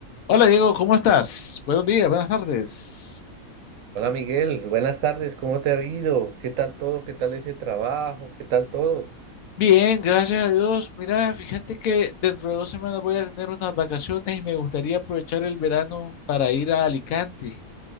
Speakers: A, on the left; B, on the right.
A: Hola Diego, ¿cómo estás? Buenos días, buenas tardes.
B: Hola Miguel, buenas tardes, ¿cómo te ha ido? ¿Qué tal todo? ¿Qué tal ese trabajo? ¿Qué tal todo?
A: Bien, gracias a Dios. Mira, fíjate que dentro de dos semanas voy a tener unas vacaciones y me gustaría aprovechar el verano para ir a Alicante.